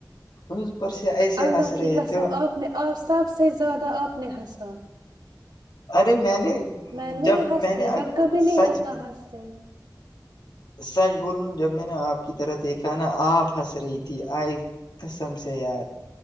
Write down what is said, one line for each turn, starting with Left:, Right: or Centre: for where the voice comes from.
Left: اس پر سے ایسے
Right: اللہ
Left: ہنس
Right: کی
Left: رہے
Right: قسم
Left: تھے
Right: آپ آپ سب سے زیادہ اپنے ہساں
Left: ارے میں نے
Right: میں نہیں
Left: جب
Right: ہنستی
Left: نے
Right: میں کبھی نہیں
Left: سچ
Right: اتنا ہنستی
Left: سچ بولو نا جب میں نے آپ کی طرح دیکھا نا آپ ہنس رہی تھی آئے کسم سے یار